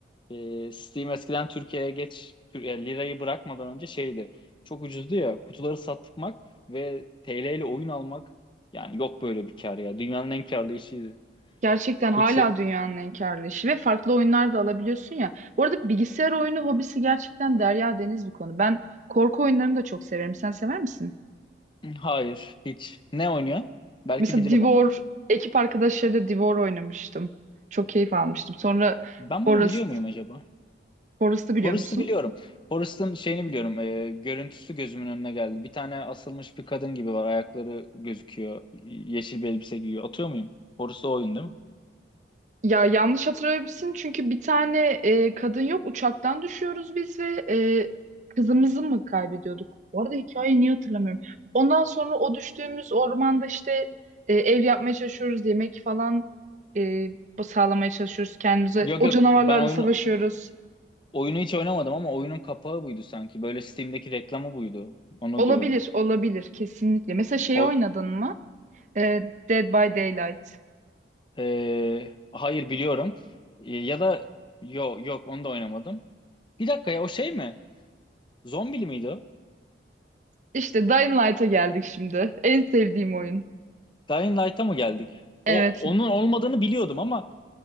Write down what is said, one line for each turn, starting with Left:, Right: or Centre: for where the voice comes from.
Left: E, Steam eskiden Türkiye'ye geç Tür- e, lirayı bırakmadan önce şeydi. Çok ucuzdu ya. Kutuları satmak ve TL ile oyun almak yani yok böyle bir kar ya. Dünyanın en karlı işiydi.
Right: Gerçekten hala
Left: Hiç
Right: dünyanın en karlı işi ve farklı oyunlar da alabiliyorsun ya. Bu arada bilgisayar oyunu hobisi gerçekten derya deniz bir konu. Ben korku oyunlarını da çok severim. Sen sever misin?
Left: Hayır, hiç. Ne oynuyor? Belki
Right: Mesela
Left: bilirim
Right: Divor,
Left: ama.
Right: ekip arkadaşlarıyla Divor oynamıştım. Çok keyif almıştım. Sonra
Left: Ben
Right: Forest,
Left: bunu biliyor muyum acaba?
Right: Forest'ı
Left: Forrest'ı
Right: biliyor musun?
Left: biliyorum. Forrest'ın şeyini biliyorum. e, görüntüsü gözümün önüne geldi. Bir tane asılmış bir kadın gibi var. Ayakları gözüküyor. Yeşil bir elbise giyiyor. Atıyor muyum? Forrest o oyun değil mi?
Right: Ya yanlış hatırlayabilirsin çünkü bir tane e, kadın yok uçaktan düşüyoruz biz ve e, kızımızı mı kaybediyorduk? Bu arada hikayeyi niye hatırlamıyorum. Ondan sonra o düştüğümüz ormanda işte e, ev yapmaya çalışıyoruz, yemek falan e, sağlamaya çalışıyoruz kendimize.
Left: Yok
Right: O
Left: yok.
Right: canavarlarla
Left: Ben oyunu
Right: savaşıyoruz.
Left: oyunu hiç oynamadım ama oyunun kapağı buydu sanki. Böyle Steam'deki reklamı buydu. Onu
Right: Olabilir,
Left: diyorum.
Right: olabilir kesinlikle. Mesela şeyi
Left: O,
Right: oynadın mı? E, Dead by Daylight.
Left: e, hayır biliyorum. E, ya da yok yok onu da oynamadım. Bir dakika ya o şey mi? Zombili miydi o?
Right: İşte Dying Light'a geldik şimdi. En sevdiğim oyun.
Left: Dying Light'a mı geldik?
Right: Evet.
Left: O onun olmadığını biliyordum ama